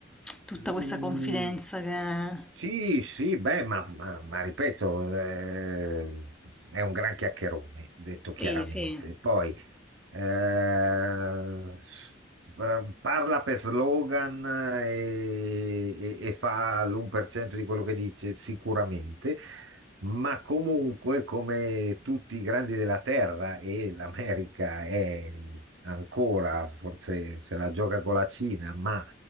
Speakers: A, in the centre; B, on the right.
A: tutta
B: Mm,
A: questa confidenza che...
B: Sì, sì, beh, ma, ma- ma ripeto, eh, è un gran chiacchierone, detto chiaramente.
A: Sì, sì.
B: Poi eh, bra- parla per slogan eh, e, e- e fa l'1% di quello che dice, sicuramente, ma comunque, come tutti i grandi della Terra, e l'America è ancora, forse se la gioca con la Cina, ma